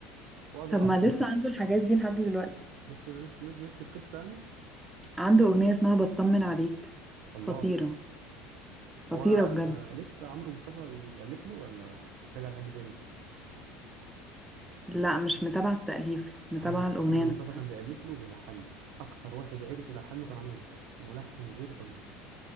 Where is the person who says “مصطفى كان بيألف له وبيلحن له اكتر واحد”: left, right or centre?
Right